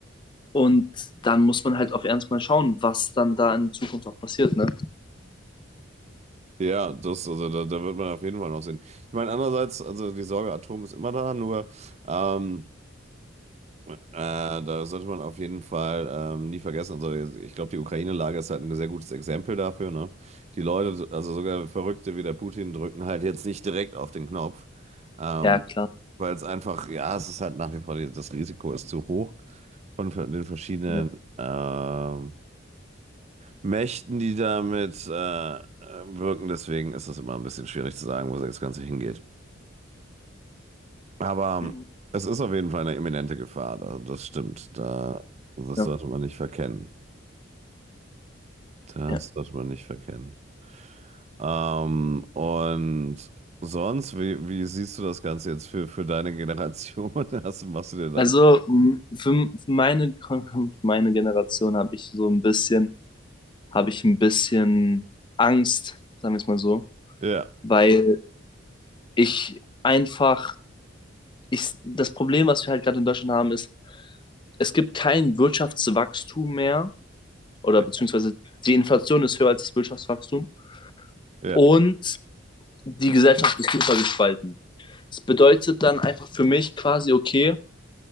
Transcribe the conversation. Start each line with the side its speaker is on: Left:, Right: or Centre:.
Left: Und dann muss man halt auf Ernst mal schauen, was dann da in Zukunft auch passiert, ne?
Right: Ja, das, also da, da wird man auf jeden Fall noch sehen. Ich meine, andererseits, also die Sorge Atom ist immer da, nur ähm, äh, da sollte man auf jeden Fall ähm, nie vergessen. Also ich glaube, die Ukraine-Lage ist halt ein sehr gutes Exempel dafür, ne? Die Leute, also sogar Verrückte wie der Putin, drücken halt jetzt nicht direkt auf den Knopf, ähm,
Left: Ja, klar.
Right: weil es einfach, ja, es ist halt nach wie vor, die, das Risiko ist zu hoch von den verschiedenen
Left: Ja,
Right: ähm, Mächten, die damit äh, wirken. Deswegen ist es immer ein bisschen schwierig zu sagen, wo das Ganze hingeht. Aber ähm,
Left: ja,
Right: es ist auf jeden Fall eine imminente Gefahr. Da, das stimmt. Da, das
Left: ja.
Right: sollte man nicht verkennen. Das
Left: ja.
Right: sollte man nicht verkennen. Ähm, und sonst, wie, wie siehst du das Ganze jetzt für, für deine Generation? <laughs> Hast, machst du dir da...
Left: Also m, für, für meine, Kon- <laughs> für meine Generation habe ich so ein bisschen, habe ich ein bisschen Angst, sagen wir es mal so,
Right: Ja,
Left: weil ich einfach ich, das Problem, was wir halt gerade in Deutschland haben, ist, es gibt kein Wirtschaftswachstum mehr oder
Right: ja,
Left: beziehungsweise die Inflation ist höher als das Wirtschaftswachstum
Right: ja,
Left: und die Gesellschaft ist super gespalten. Das bedeutet dann einfach für mich quasi, okay,